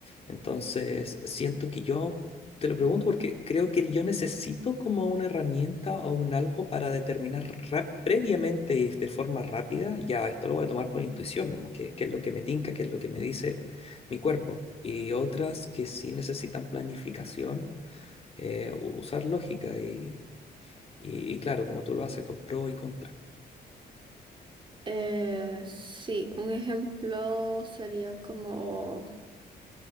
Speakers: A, on the left; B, on the right.
A: Entonces, siento que yo, te lo pregunto porque creo que yo necesito como una herramienta o un algo para determinar rap- previamente y de forma rápida, ya esto lo voy a tomar por intuición nomás, Que qué es lo que me tinca, qué es lo que me dice mi cuerpo. Y otras que sí necesitan planificación, eh, usar lógica y, y- y claro, como tú lo haces, con pro y contra.
B: Eh, sí, un ejemplo sería como